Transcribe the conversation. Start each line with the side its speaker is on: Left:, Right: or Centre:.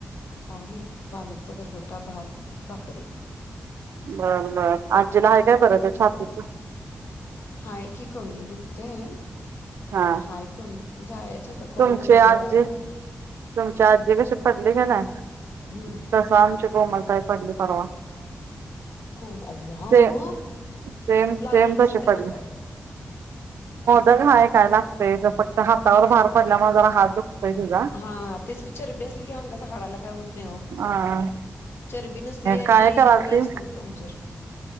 Left: आम्ही पालकचा गरगट्टा भात भाकरीे
Right: बरं बर आजीला हाय काय बरं आहे छातीच
Left: हाय की कमी दुखतंय
Right: हा
Left: हाय कमी जायचं आता कॉल
Right: तुमची
Left: झाला की एवढा
Right: आजी
Left: जाणारं
Right: तुमची आजी कशी पडली का नाही
Left: हम्म
Right: तस आमची कोमलताई पडली परवा
Left: कोम अव्वा
Right: सेम
Left: म
Right: सेम
Left: लागलं नसेल
Right: तशे
Left: त्यांना
Right: पडले
Left: काय.
Right: दादा हायला ते तर फक्त हातावर भार पडल्यामुळे जरा हात दुखतोय तीझा
Left: हा तेच चरबी असली की अंगात हाडाला काही होत नाही ओ
Right: अ
Left: चरबी नसली आणि
Right: काय करालती
Left: वय असते कमजोर